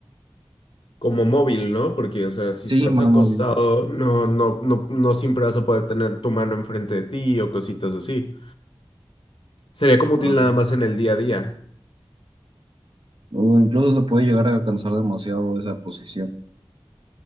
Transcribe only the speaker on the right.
Sí,
más
móvil.
ah.
O incluso se puede llegar a cansar demasiado esa posición.